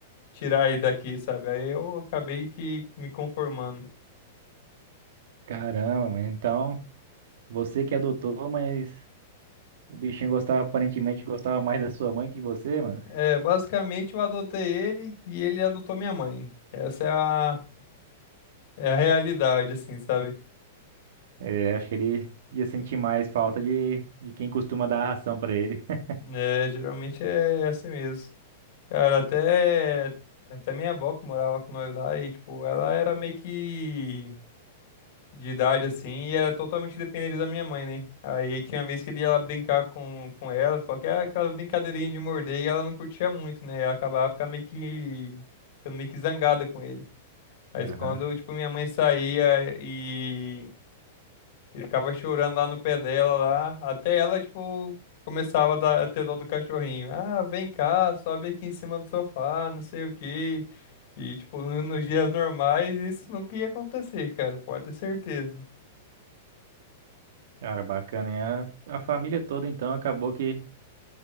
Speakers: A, on the left; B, on the right.
A: tirar ele daqui, sabe? Aí eu acabei que me conformando.
B: caramba, mano. Então, você que adotou, mas o bichinho gostava, aparentemente gostava mais da sua mãe que de você, mano.
A: É, basicamente eu adotei ele e ele adotou minha mãe. Essa é a É a realidade, assim, sabe?
B: É, acho que ele ia sentir mais falta de, de quem costuma dar a ração pra ele. <laughs>
A: É, geralmente é assim mesmo. Cara, até, até minha avó que morava com nós lá, e, tipo, ela era meio que de idade, assim, e era totalmente dependente da minha mãe, né? Aí tinha vez que ele ia lá brincar com, com ela, só que era aquela brincadeirinha de morder, e ela não curtia muito, né? Ela acabava ficando meio que, ficando meio que zangada com ele. Mas
B: Aham.
A: quando, tipo, minha mãe saía e Ele ficava chorando lá no pé dela, lá, até ela, tipo, começava a, dar, a ter dó do cachorrinho. Ah, vem cá, sobe aqui em cima do sofá, não sei o quê. E, tipo, no- nos dias normais, isso nunca ia acontecer, cara, pode ter certeza.
B: Cara, bacana, hein? A, a família toda, então, acabou que